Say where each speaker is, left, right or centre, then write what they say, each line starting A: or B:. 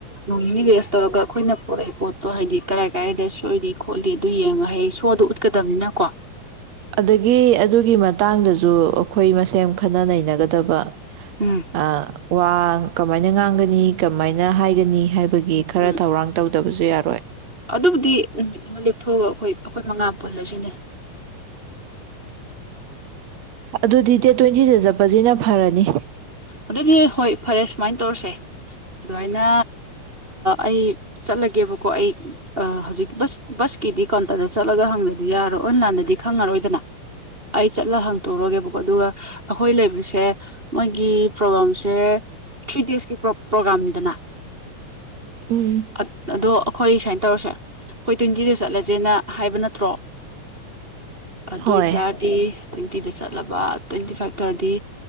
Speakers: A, on the right; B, on the right.
A: ꯅꯣꯡꯅꯤꯅꯤ ꯔꯦꯁ ꯇꯧꯔꯒ ꯑꯩꯈꯣꯏꯅ ꯄꯣꯔꯛꯏ ꯄꯣꯠꯇꯣ ꯍꯥꯏꯗꯤ ꯀꯔꯥꯏ ꯀꯔꯥꯏꯗ ꯁꯣꯏꯔꯤ ꯈꯣꯠꯂꯤ ꯑꯗꯨ ꯌꯦꯡꯉꯒ ꯍꯌꯦꯡ ꯁꯣꯗꯣ ꯎꯠꯀꯗꯕꯅꯤꯅꯀꯣ꯫
B: ꯑꯗꯒꯤ ꯑꯗꯨꯒꯤ ꯃꯇꯥꯡꯗꯁꯨ ꯑꯩꯈꯣꯏ ꯃꯁꯦꯟ ꯈꯟꯅ ꯅꯩꯅꯒꯗꯕ
A: ꯎꯝ
B: ꯑ ꯋꯥ ꯀꯃꯥꯏꯅ ꯉꯥꯡꯒꯅꯤ ꯀꯃꯥꯏꯅ ꯍꯥꯏꯒꯅꯤ ꯍꯥꯏ ꯑꯩꯈꯣꯏꯒꯤ ꯈꯔ
A: ꯎꯝ
B: ꯊꯧꯔꯥꯡ ꯇꯧꯗꯕꯁꯨ ꯌꯥꯔꯣꯏ
A: ꯑꯗꯨꯕꯨꯗꯤ ꯅꯨꯃꯤꯠ ꯑꯃ ꯂꯦꯞꯊꯣꯛꯑꯒ ꯑꯩꯈꯣꯏ ꯑꯩꯈꯣꯏ ꯃꯉꯥ ꯄꯨꯜꯂꯁꯤꯅꯦ
B: ꯑꯗꯨꯗꯤ ꯗꯦꯠ ꯇ꯭ꯋꯦꯟꯇꯤꯗ ꯆꯠꯄꯁꯤꯅ ꯐꯔꯅꯤ
A: ꯑꯗꯨꯗꯤ ꯍꯣꯏ ꯐꯔꯦ ꯁꯨꯃꯥꯏꯅ ꯇꯧꯔꯁꯦ ꯑꯗꯨꯃꯥꯏꯅ ꯑꯩ ꯆꯠꯂꯒꯦꯕꯀꯣ ꯑꯩ ꯍꯧꯖꯤꯛ ꯕꯁ ꯕꯁꯀꯤꯗꯤ ꯀꯥꯎꯟꯇꯔꯗ ꯆꯠꯂꯒ ꯍꯪꯉꯗꯤ ꯌꯥꯔꯣꯏ ꯑꯣꯟꯂꯥꯏꯟꯗꯗꯤ ꯈꯪꯉꯔꯣꯏꯗꯅ ꯑꯩ ꯆꯠꯂ ꯍꯪꯇꯣꯛꯎꯔꯒꯦꯕꯀꯣ ꯑꯗꯨꯒ ꯑꯩꯈꯣꯏ ꯂꯩꯕꯁꯦ ꯃꯣꯏꯒꯤ ꯄ꯭ꯔꯣꯒꯥꯝꯁꯦ ꯊ꯭ꯔꯤ ꯗꯦꯖꯀꯤ ꯄ꯭ꯔꯣꯒꯥꯝꯅꯤꯗꯅ
B: ꯎꯝ
A: ꯑ ꯑꯗꯣ ꯑꯩꯣꯏ ꯁꯨꯃꯥꯏꯅ ꯇꯧꯔꯁꯦ ꯑꯩꯈꯣꯏ ꯇ꯭ꯋꯦꯟꯇꯤꯗ ꯆꯠꯂꯁꯦꯅ ꯍꯥꯏꯕ ꯅꯠꯇ꯭ꯔꯣ ꯑꯗꯨ
B: ꯍꯣꯏ
A: ꯑꯣꯏꯇꯥꯔꯗꯤ ꯇ꯭ꯋꯦꯟꯇꯤꯗ ꯆꯠꯂꯕ ꯇ꯭ꯋꯦꯟꯇꯤ ꯐꯥꯏꯚ ꯇꯥꯔꯗꯤ